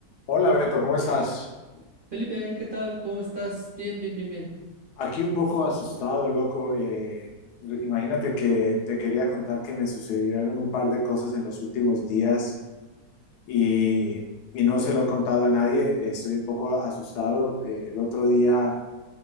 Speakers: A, on the left; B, on the right.
A: Hola Beto, ¿cómo estás?
B: Felipe, ¿qué tal? ¿Cómo estás? Bien, bien, bien, bien.
A: Aquí un poco asustado, loco. Eh, imagínate que te quería contar que me sucedieron un par de cosas en los últimos días y, y no se lo he contado a nadie. Estoy un poco asustado. Eh, el otro día,